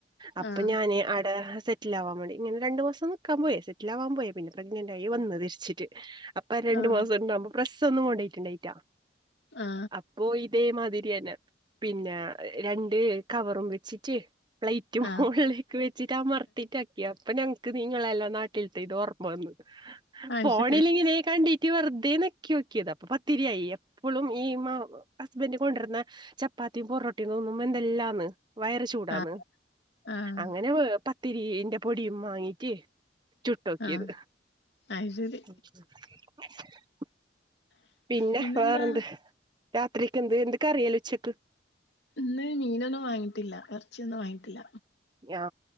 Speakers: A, on the right; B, on the left.
A: അപ്പൊ
B: ആഹ്
A: ഞാന് അട സെ. <inaudible> റ്റിലാവാൻ വേണ്ടി ഇങ്ങനെ രണ്ടു മാസം ന്ക്കാൻ പോയി. സറ്റിലാവാൻ പോയെ. പിന്നെ പ്രെഗ്നന്റ് ആയി വന്ന് തിരിച്ചിട്ട്. അ <unintelligible> പ്പൊ രണ്ടു
B: ആഹ്
A: മാസം ഉണ്ടാവുമ്പോ പ്രസ്സ് ഒന്നും കൊണ്ടയിട്ടുണ്ടായിറ്റാ.
B: ആ.
A: അപ്പോ ഇതേമാതിരി അന്നെ. പിന്നേ രണ്ട് കവറും വെച്ചിട്ട്. അ പ്ലൈറ്റ്
B: ആഹ്
A: മോളിലൊക്കെ വെച്ചിട്ട് അമർത്തിട്ട്. <inaudible> യപ്പൊ ഞങ്ങക്ക് നിങ്ങളല്ലാം നാട്ടിൽത്തെ ഇത് ഓർമ്മ വന്ന്.
B: അത്
A: ഫോണിലിങ്ങനെ
B: ശരി
A: കണ്ടി. ക്കി വെറുതെ ഞെക്കി ഓ ക്കിയതാ. അപ്പൊ പത്തിരിയായി. എപ്പളും ഈ <unintelligible> ഹസ്ബൻഡ് കൊണ്ടിര്ണ. ചപ്പാത്തിം പൊറോട്ടിം തോന്നുമ്പ എന്തെല്ലാന്ന്. വയറ് ചൂടാന്ന്.
B: ആഹ് ആഹ്
A: അങ്ങനെ വ പത്തിരീന്റെ പൊടിയും മാങ്ങീറ്റ്. ചുട്ടോക്കിയത്.
B: ആഹ് അത് ശരി
A: <inaudible> പിന്നെ
B: പിന്നെന്താ
A: വേറെന്ത്? രാത്രിക്ക് എന്ത്. എന്ത് കറി എല്ലാ ഉച്ചക്ക്.
B: ഇന്ന് മീനൊന്നും വാങ്ങിട്ടില്ല. എറച്ചിയൊന്നും വാങ്ങിട്ടില്ല.
A: യാ...